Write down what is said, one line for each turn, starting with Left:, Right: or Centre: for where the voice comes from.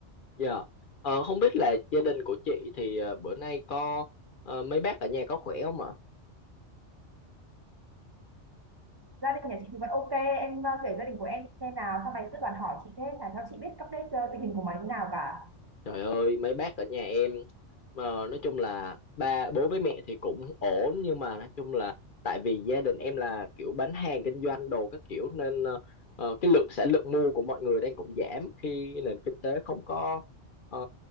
Left: Dạ. Ờ, không biết là gia đình của chị thì ờ, bữa nay có ờ, mấy bác ở nhà có khỏe không ạ?
Right: Gia đình nhà chị thì vẫn OK, em, ơ, kể gia đình của em chị xem nào, sau này cứ toàn hỏi chị thế chả cho chị biết update, ơ, tình hình của mày như nào cả.
Left: Trời ơi, mấy bác ở nhà em mà nói chung là ba bố với mẹ thì cũng ổn nhưng mà nói chung là tại vì gia đình em là kiểu bán hàng kinh doanh đồ các kiểu nên ờ, ờ, cái lượng sản lượng mua của mọi người đang cũng giảm khi nền kinh tế không có ờ,